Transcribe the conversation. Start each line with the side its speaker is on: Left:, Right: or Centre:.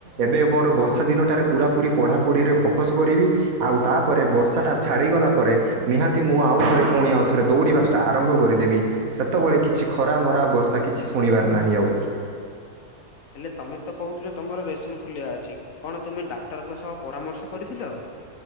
Right: ଏବେ ମୋର ବର୍ଷା ଦିନଟାରେ ପୁରା ପୁରି ପଢ଼ାପଢ଼ିରେ ଫୋକସ୍ କରିବି। ଆଉ ତାପରେ ବର୍ଷା ଟା ଛାଡିଗଲା ପରେ ନିହାତି ମୁଁ ଆଉ ଥରେ ପୁଣି ଆଉଥରେ ଦୌଡିିବା ଟା ଆରମ୍ଭ କରିଦେମି ସେତେବେଳେ କିଛି ଖରା ମରା ବର୍ଷା କିଛି ଶୁଣିବାର ନାହିଁ ଆଉ।
Left: ହେଲେ ତମେ ତ କହୁଥିଲ ତମର ରେସମଫୁଲଆ ଅଛି କଣ ତୁମେ ଡାକ୍ତରଙ୍କ ସହ ପରାମର୍ଶ କରିଥିଲ।